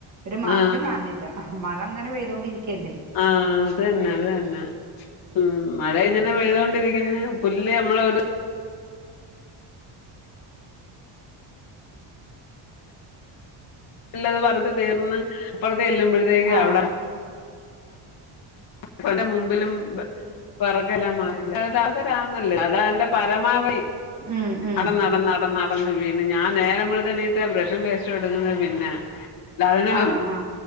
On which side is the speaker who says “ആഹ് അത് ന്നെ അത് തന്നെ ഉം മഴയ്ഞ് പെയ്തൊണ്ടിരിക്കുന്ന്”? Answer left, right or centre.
Left